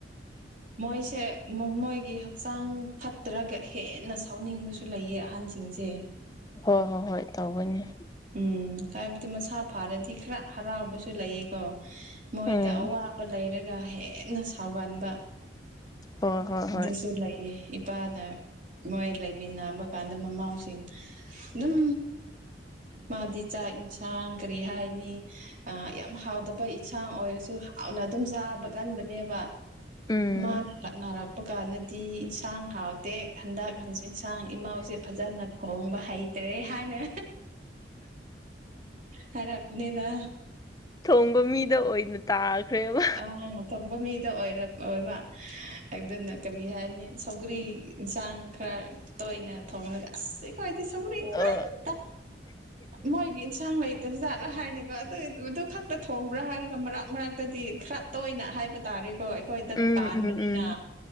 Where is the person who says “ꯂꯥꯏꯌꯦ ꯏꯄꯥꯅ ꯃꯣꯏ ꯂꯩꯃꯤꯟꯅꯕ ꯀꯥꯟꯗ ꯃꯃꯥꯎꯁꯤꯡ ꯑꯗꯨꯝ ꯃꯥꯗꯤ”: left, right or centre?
Right